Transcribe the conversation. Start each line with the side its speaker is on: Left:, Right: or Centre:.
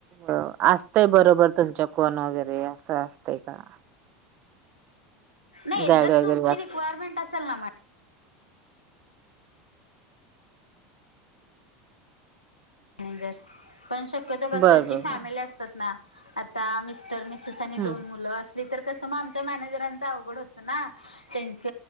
Right: अ आस तय बरोबर तुमच्या कोण वगैरे आसं आसतय का?
Left: नाही
Right: गाईड
Left: जर
Right: वगैरे
Left: तुमची
Right: असतं.
Left: रिक्वायरमेंट असेल ना मॅ नेजत पण शक्यतो कस
Right: बरं, बरं,
Left: जी फॅमिली
Right: बरं.
Left: असतात ना आता मिस्टर, मि सेस आणि
Right: हं,
Left: दोन
Right: हं.
Left: मुलं अस ली तर कस आमच मॅनेजराचं अवघड होत ना तेच